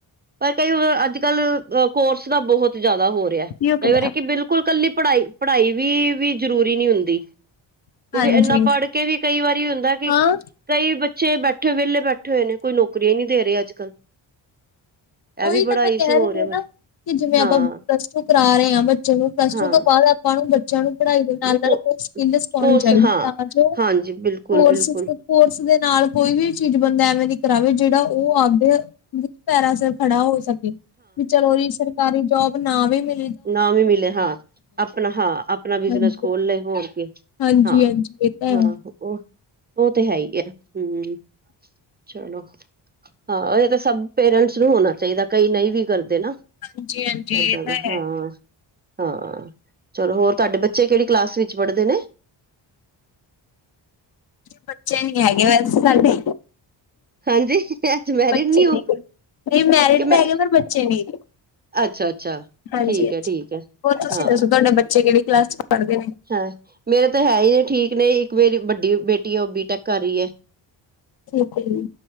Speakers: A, on the right; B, on the left.
A: ਪਰ ਕਈ ਅੱਜ- ਕੱਲ ਕੋਰਸ ਦਾ ਬਹੁਤ ਜ਼ਿਆਦਾ ਹੋ
B: ਓਕੇ
A: ਕਈ ਵਾਰੀ ਕਿ ਬਿਲਕੁਲ ਕੱਲੀ ਪੜ੍ਹਾਈ- ਪੜ੍ਹਾਈ ਵੀ -ਵੀ ਜਰੂਰੀ ਨਹੀਂ ਹੁੰਦੀ। ਕਿਉਂਕਿ
B: ਹਾਂਜੀ
A: ਇੰਨਾ ਪੜ੍ਹ ਕੇ ਵੀ ਕਈ ਵਾਰੀ ਹੁੰਦਾ ਕਿ
B: ਹਾਂ
A: ਕਈ ਬੱਚੇ ਬੈਠੇ ਵਿਹਲੇ ਬੈਠੇ ਹੋਏ ਨੇ, ਕੋਈ ਨੌਕਰੀ ਹੀ ਨਈ। ਦੇ ਰਹੇ ਅੱਜ ਕੱਲ੍ਹ ਇਹ
B: ਉਹੀ
A: ਵੀ ਬੜਾ
B: ਤਾਂ ਮੈਂ ਕਹਿ
A: ਇਸ਼ੂ
B: ਰਹੀ
A: ਹੋ ਰਿਹਾ
B: ਹਾਂ
A: ਮੇਰਾ
B: ਨਾ, ਕਿ ਜਿਵੇਂ ਆਪਾਂ
A: ਹਾਂ
B: ਦੱਸ ਕਰਾ ਰਹੇ ਹਾਂ ਬੱਚੇ ਨੂੰ, ਪਲੱਸ
A: ਹਾਂ
B: ਟੂ ਤੋਂ ਬਾਅਦ ਆਪਾਂ ਨੂੰ ਬੱਚਿਆਂ ਨੂੰ ਪੜ੍ਹਾਈ ਦੇ ਨਾਲ-
A: ਕੋ
B: ਨਾਲ ਕੋਈ ਸਕਿੱਲ ਸਿਖਾਉਣੀ
A: ਕੋਰਸ
B: ਚਾਹੀਦੀ,
A: ਹਾਂ
B: ਤਾਂ ਜੋ
A: ਹਾਂਜੀ ਬਿਲਕੁਲ
B: ਕੋਰਸਿਸ
A: ਬਿਲਕੁਲ
B: ਕੋਰਸ ਦੇ ਨਾਲ ਕੋਈ ਵੀ ਚੀਜ਼ ਬੰਦਾ ਐਵੇਂ ਦੀ ਕਰਾਵੇ, ਜਿਹੜਾ ਉਹ ਆਪਦੇ ਪੈਰਾਂ ਸਿਰ ਖੜਾ ਹੋ ਸਕੇ। ਵੀ ਚਲੋ ਜੀ ਸਰਕਾਰੀ ਜੋਬ ਨਾ ਵੀ ਮਿ
A: ਨਾ ਵੀ ਮਿਲੇ ਹਾਂ, ਆਪਣਾ ਹਾਂ ਆਪਣਾ ਬਿਜਨਸ
B: ਹਾਂਜੀ
A: ਖੋਲ ਲਏ ਹੋਰ ਕੀ।
B: ਹਾਂਜੀ
A: ਹਾਂ
B: ਹਾਂਜੀ ਇਹ ਤਾਂ
A: -ਹਾਂ
B: ਹੈ
A: ਉਹ -ਉਹ ਤੇ ਹੈ ਹੀ ਐ ਹੂੰ। ਚਲੋ ਹਾਂ ਇਹ ਤਾਂ ਸਭ ਪੇਰੈਂਟਸ ਨੂੰ ਹੋਣਾ ਚਾਹੀਦਾ, ਕਈ ਨਹੀਂ ਵੀ ਕਰਦੇ। ਨਾ
B: ਹਾਂਜੀ- ਹਾਂਜੀ
A: ਏਦਾਂ
B: ਇਹ
A: ਦਾ
B: ਤਾਂ
A: ਹਾਂ,
B: ਹੈ
A: ਹਾਂ ਚਲੋ ਹੋਰ, ਤੁਹਾਡੇ ਬੱਚੇ ਕਿਹੜੀ ਕਲਾਸ ਵਿੱਚ ਪੜ੍ਹਦੇ ਨੇ। <inaudible>
B: ਬੱਚੇ ਨੀ ਹੈਗੇ ਵੈਸੇ ਸਾਡੇ।
A: ਹਾਂਜੀ ਅਜੇ ਮੈਰਿਡ
B: ਬੱਚੇ
A: ਨੀ ਹੋ
B: ਨੇਗੇ ਨਹੀਂ ਮੈਰਿਡ
A: ਕਿ ਮੈ
B: ਤਾਂ ਹੈਗੇ ਪਰ ਬੱਚੇ ਨੀ ਗੇ
A: ਅੱਛਾ- ਅੱਛਾ
B: ਹਾਂਜੀ
A: ਠੀਕ
B: ਹਾਂਜੀ
A: ਐ, ਠੀਕ ਐ
B: ਹੋਰ ਤੁਸੀਂ
A: ਹਾਂ।
B: ਦੱਸੋ ਤੁਹਾਡੇ ਬੱਚੇ ਕਿਹੜੀ ਕਲਾਸ ਚ ਪੜ੍ਹਦੇ ਨੇ
A: ਹੈ ਮੇਰੇ ਤਾਂ ਹੈ ਹੀ ਨੇ ਠੀਕ ਨੇ, ਇੱਕ ਮੇਰੀ ਵੱਡੀ ਬੇਟੀ ਹੈ ਉਹ ਬੀਟੈਕ ਕਰ ਰਹੀ ਹੈ।
B: ਠੀਕ ਹੈ ਜੀ।